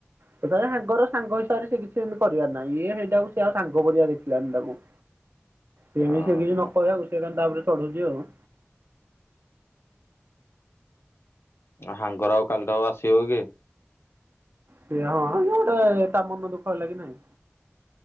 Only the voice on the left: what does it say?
ଅହ
ସାଙ୍ଗର ଆଉ କାଲିଟା ଆଉ ଆସିବ କି?